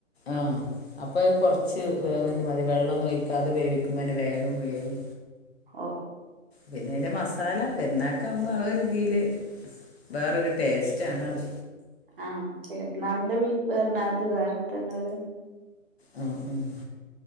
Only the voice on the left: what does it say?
ആഹ് അപ്പോ അയ്ന് കൊർച്ച് വേവന്നെ മതി വെള്ളൊന്നും ഒയിക്കാതെ വേവിക്കുമ്പോന്നെ വേഗം വേവും.
പിന്നെ അതിൻ്റെ മസാല പെരുന്നാക്കാവുമ്പോ ആ രീതിൽ വേറൊരു ടേസ്റ്റാണത്.
ഉം, ഉം.